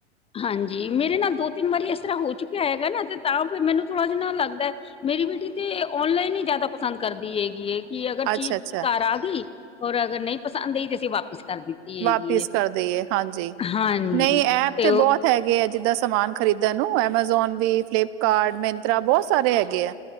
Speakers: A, on the left; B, on the right.
A: ਹਾਂਜੀ, ਮੇਰੇ ਨਾਲ ਦੋ- ਤਿੰਨ ਵਾਰੀ ਇਸ ਤਰ੍ਹਾਂ ਹੋ ਚੁੱਕਿਆ ਹੈਗਾ ਨਾ ਤੇ ਤਾਂ ਫੇਰ ਮੈਨੂੰ ਥੋੜ੍ਹਾ ਜਿਨਾ ਲੱਗਦਾ ਮੇਰੀ ਬੇਟੀ ਤੇ ਔਨਲਾਈਨ ਹੀ ਜ਼ਿਆਦਾ ਪਸੰਦ ਕਰਦੀ ਹੈਗੀ ਏ। ਕਿ ਅਗਰ
B: ਅੱਛਾ
A: ਚੀਜ਼
B: ਅੱਛਾ
A: ਘਰ ਆ ਗਈ ਔਰ ਅਗਰ ਨਹੀਂ ਪਸੰਦ ਆਈ ਤੇ ਅਸੀ ਵਾਪਿਸ ਕਰ ਦਿੱਤੀ। ਹੈਗੀ
B: ਵਾਪਿਸ
A: ਹੈ
B: ਕਰ ਦੇਈਏ, ਹਾਂਜੀ।
A: ਹਾਂਜੀ
B: ਨਹੀਂ ਇਹ ਤੇ
A: ਉਹ
B: ਬਹੁਤ ਹੈਗੇ ਆ ਜਿੱਦਾਂ ਸਮਾਨ ਖਰੀਦਣ ਨੂੰ ਐਮਾਜ਼ੋਨ ਵੀ, ਫਲਿੱਪਕਾਰਟ, ਮੈਨ ਤਰਾ ਬਹੁਤ ਸਾਰੇ ਹੈਗੇ ਆ।